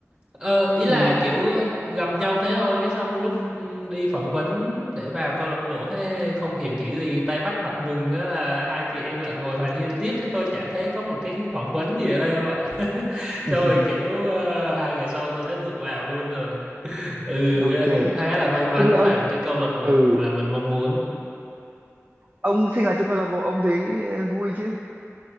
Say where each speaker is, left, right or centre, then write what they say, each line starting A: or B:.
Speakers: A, on the right (about 20°); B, on the right (about 35°).
A: ờ, ý là
B: ừ
A: kiểu gặp nhau thế thôi cái xong lúc ừ, đi phỏng vấn để vào câu lạc bộ thế không hiểu kiểu gì tay bắt mặt mừng á là hai chị em lại ngồi hoàn hiên tiếp chứ tôi chả thấy có một cái phỏng vấn gì ở đây không ạ <laughs>
B: <laughs>
A: xong rồi kiểu ờ, hai ngày sau tôi thấy được vào luôn rồi ừ
B: ok
A: cũng khá là may mắn
B: thế thì ông
A: vào cái câu lạc bộ
B: ừ
A: mà mình mong muốn
B: ông sinh hoạt trong câu lạc bộ ông thấy ờ, vui chứ